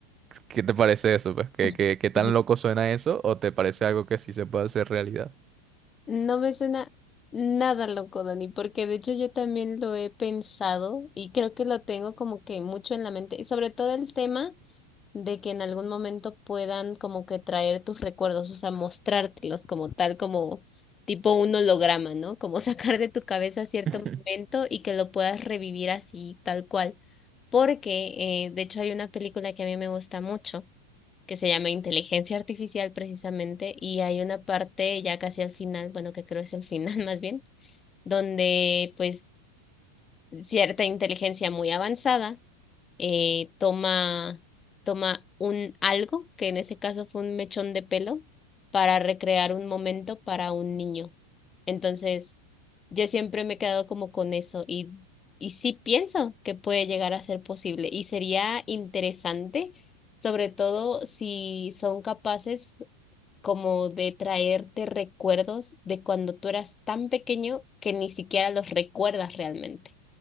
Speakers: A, on the right; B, on the left.
A: ¿Qué te parece eso? Pues? ¿Qué,
B: <laughs>
A: qué, qué tan loco suena eso? ¿O te parece algo que sí se puede hacer realidad?
B: No me suena nada loco, Dani, porque de hecho yo también lo he pensado y creo que lo tengo como que mucho en la mente, y sobre todo el tema. de que en algún momento puedan como que traer tus recuerdos, o sea, mostrártelos como tal, como tipo un holograma, ¿no? Como <laughs> sacar de tu cabeza cierto
A: <laughs>
B: momento y que lo puedas revivir así, tal cual. Porque, eh, de hecho, hay una película que a mí me gusta mucho, que se llama Inteligencia Artificial precisamente, y hay una parte ya casi al final, bueno, que creo es el final <laughs> más bien, donde pues cierta inteligencia muy avanzada eh, toma, toma un algo, que en ese caso fue un mechón de pelo, para recrear un momento para un niño. Entonces, yo siempre me he quedado como con eso y, y sí pienso que puede llegar a ser posible y sería interesante, sobre todo si son capaces como de traerte recuerdos de cuando tú eras tan pequeño que ni siquiera los recuerdas realmente.